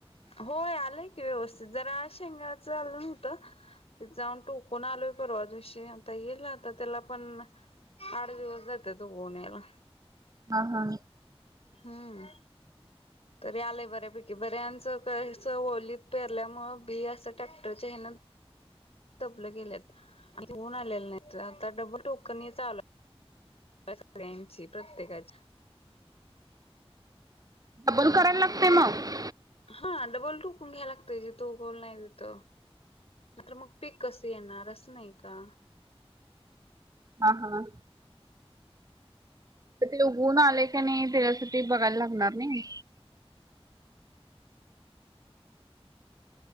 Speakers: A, on the left; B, on the right.
A: होय आलंय की व्यवस्थित जरा शेंगाचं झालं नव्हतं त जाऊन टोकून आलो परवा दिशी आता येईल आता त्याला पण आठ दिवस जाते तो उगवून यायला
B: हा हा
A: हम्म तरी आलंय बऱ्यापैकी बऱ्यांचं कस होलीत पेरल्यामुळं बी असं ट्रॅक्टरच्या हेन पलं गेलेऊन आलेलं नाही आता डबल ठोक चाल सगळ्यांची प्रत्येकाच
B: डबल करायला लागते मग
A: हा डबल टोकून घ्यायला लागत ज तो गोल नाही तथ म तर मग पीक कस येणार असं नाही का
B: हा हा तिकडे उघून आले का नाही त्याच्यासाठी बघायला लागणार नाही